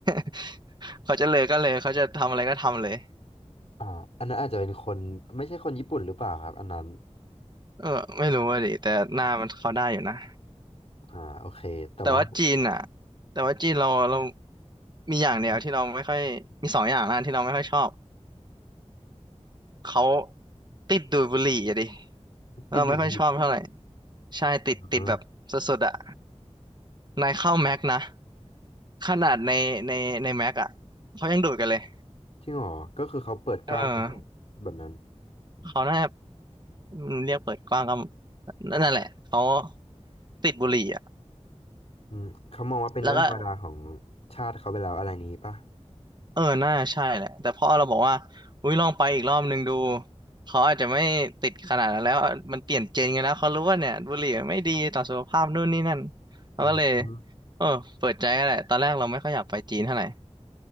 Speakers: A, on the right; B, on the left.
A: <laughs> เขาจะเลยก็เลยเขาจะทำอะไรก็ทำเลย
B: อ่าอันนั้นอาจจะเป็นคนไม่ใช่คนญี่ปุ่นหรือเปล่าครับอันนั้น
A: เออไม่รู้ว่าดิแต่หน้ามันเขาได้อยู่นะ
B: อ่าโอเคแต่ว่า
A: แต่ว่าจีนอ่ะแต่ว่าจีนเราเรามีอย่างเดียวที่เราไม่ค่อยมีสองอย่างนะที่เราไม่ค่อยชอบเขาติดดูดบุหรี่อะดิ
B: ติดดดบุู่ใน
A: เราไม่ค่อยชอบเท่าไหร่ใช่ติดติดแบบสุดๆอ่ะ
B: อ๋อ
A: นายเข้าแม็กนะขนาดในในในแม็กอ่ะเขายังดูดกันเลย
B: จริงเหรอก็คือเขาเปิดกว้างแบบแบบนั้น
A: เออเขาน่าจะอืมเรียกเปิดกว้างก็นั่นแหละเขาติดบุหรี่อ่ะ
B: อืมเขามองว่าเป็นเรื่องธรรมดาของ
A: แล้วก็
B: ชาติเขาไปแล้วอะไรนี้ป่ะ
A: เออน่าใช่แหละแต่พอเราบอกว่าอุ้ยลองไปอีกรอบนึงดูเขาอาจจะไม่ติดขนาดนั้นแล้วมันเปลี่ยนเจนกันแล้วเขารู้ว่าเนี่ยบุหรี่ไม่ดีต่อสุขภาพนู่นนี่นั่นเราก็เลย
B: อืม
A: เออเปิดใจก็แหละตอนแรกเราไม่ค่อยอยากไปจีนเท่าไหร่